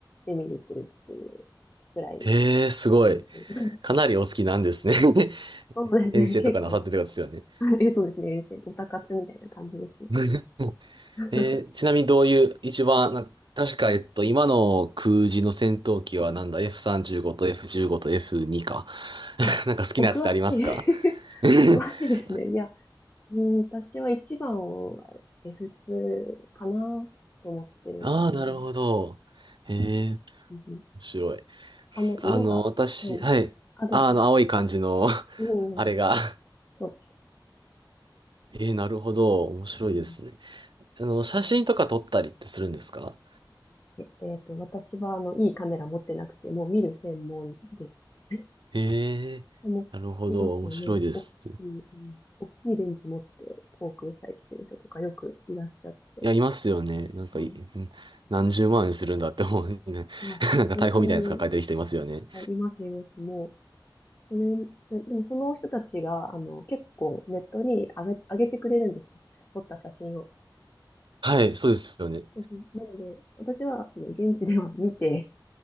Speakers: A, on the left; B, on the right.
A: て見に行ってるっていうぐらい
B: へえ、すごい。
A: ですね。
B: かなりお好きなんですね。
A: <laughs>
B: <laughs>
A: そうですね、
B: 遠征とかなさってる方ですよね。
A: 結構。<laughs> え、そうですね、おたかつみたいな感じですね。
B: <laughs>
A: <laughs>
B: えーちなみにどういう、一番、な確か、えっと、今の空自の戦闘機はなんだ、F35 と F15 と F2 か。<laughs>
A: あ、
B: なんか好きなやつってありますか
A: お詳しい。<laughs>
B: <laughs>
A: お詳しいですね。いや、うん、私は一番を F2 かなと思ってるんですけどね。
B: ああー、なるほど。へえ
A: うん
B: 白い。
A: あの、色が、
B: あの、私、
A: はい。
B: はい。
A: あ、どうぞ。
B: あ、あの、青い感じの <laughs>
A: うん、
B: あれが
A: そうです。
B: えー、なるほど。面白いですね。
A: うん、
B: あの、写真とか撮ったりってするんですか
A: え、えっと、私は、あの、いいカメラ持ってなくて、もう見る専門です。<laughs>
B: ええー、
A: でも、
B: なるほど。
A: いますよね。
B: 面白いです。
A: 大きい、うん、大きいレンズ持って、航空祭来てる人とかよくいらっしゃって。
B: いや、いますよね。なんかい、
A: はい。
B: ん何十万円するんだって思うね。<laughs>
A: いや、
B: なんか逮捕みたいなやつ抱えてる人いますよね。
A: 本当に、あいます、います。もう、それで、でもその人たちが、あの、結構ネットに上げ、上げてくれるんですよ。写撮った写真を。
B: はい、そうですよね。
A: うんなので、私は、その、現地では見て、